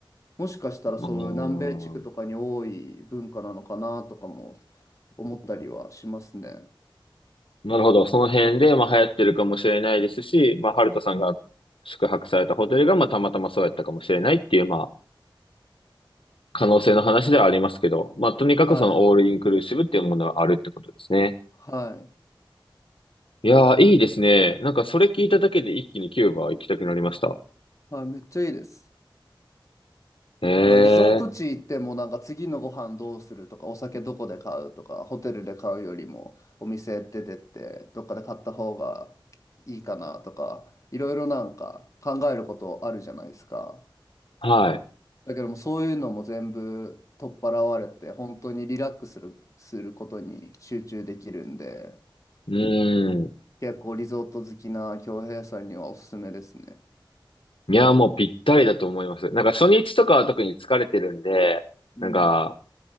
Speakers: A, on the left; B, on the left.
A: もしかしたらそういう南米地区とかに多い文化なのかなとかも
B: うーん。
A: 思ったりはしますね。
B: なるほど。その辺で、まあ、流行ってるかもしれないですし、まあ、ハルトさんが宿泊されたホテルが、まあ、たまたまそうやったかもしれないっていう、まあ、可能性の話ではありますけど、まあ、とにかくそのオールインクルーシブっていうものがあるってことですね。
A: はい。はい。
B: いやー、いいですね。なんかそれ聞いただけで一気にキューバ行きたくなりました。
A: はい。めっちゃいいです。
B: へえ
A: なんかリゾート地行ってもなんか次のご飯どうするとかお酒どこで買うとかホテルで買うよりもお店出てってどっかで買った方がいいかなとかいろいろなんか考えることあるじゃないですか。
B: ー、はい。
A: だけどもそういうのも全部取っ払われて本当にリラックスする、することに集中できるんで。
B: うーん。
A: 結構リゾート好きな京平さんにはおすすめですね。
B: いやー、もうぴったりだと思います。なんか初日とかは特に疲れてるんで、
A: うん。
B: なんか、